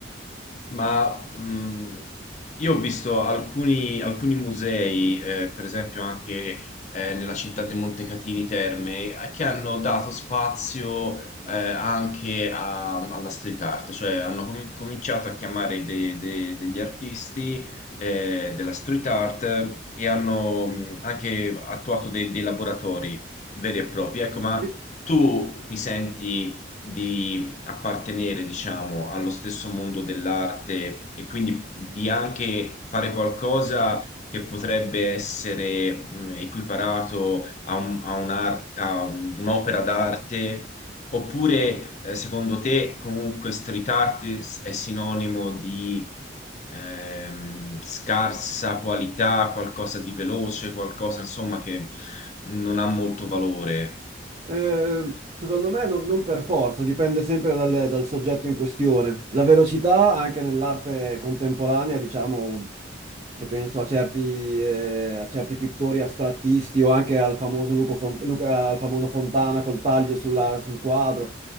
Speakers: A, on the left; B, on the right.
A: Ma mh, io ho visto alcuni, alcuni musei, eh, per esempio anche eh, nella città di Montecatini Terme, eh, che hanno dato spazio eh, anche a- alla street art, cioè hanno com- cominciato a chiamare de- de- degli artisti eh, della street art e hanno mh, anche attuato dei, dei laboratori veri e propri. Ecco, ma
B: Sì.
A: tu ti senti appartenere, diciamo, allo stesso mondo dell'arte e quindi di anche fare qualcosa che potrebbe essere mh, equiparato a un- a un'ar- a un- un'opera d'arte, oppure eh, secondo te comunque street art è sinonimo di ehm, scarsa qualità, qualcosa di veloce, qualcosa insomma che non ha molto valore?
B: Eh, secondo me non, non per forza, dipende sempre dal, dal soggetto in questione. La velocità, anche nell'arte contemporanea, diciamo, se penso a certi, eh, a certi pittori astrattisti o anche al famoso, Luco Fon- Luca- al famoso Fontana col taglio sulla- sul quadro,